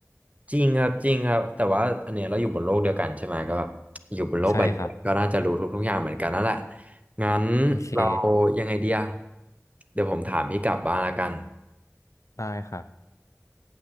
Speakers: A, on the right; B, on the left.
A: จริงครับจริงครับแต่ว่าอันเนี้ยเราอยู่บนโลกเดียวกันใช่ไหมก็แบบอยู่บนโลกใบเดียวก็น่าจะรู้ทุกๆอย่างเหมือนกันนั่นแหละ
B: ใช่ครับ
A: งั้น
B: โอเค
A: เรายังไงเดียเดี๋ยวผมถามพี่กลับบ้างละกัน
B: ได้ครับ